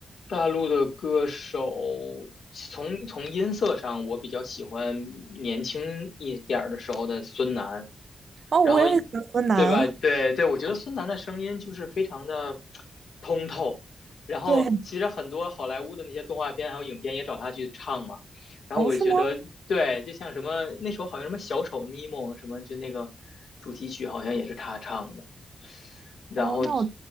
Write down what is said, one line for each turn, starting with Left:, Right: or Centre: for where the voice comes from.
Left: 大陆的歌手从从音色上，我比较喜欢年轻一点儿的时候的孙楠，
Right: 哦，
Left: 然后
Right: 我也很喜欢河南，
Left: 对吧？对对，我觉得孙楠的声音就是非常的通透。然后其实很多好莱坞的那些动画片还有影片也找他去唱嘛。
Right: 对。
Left: 然后我觉得，
Right: 哦，是吗？
Left: 对，就像什么那时候好像什么小丑尼莫什么，就那个主题曲好像也是他唱的。然后
Right: 哦，那我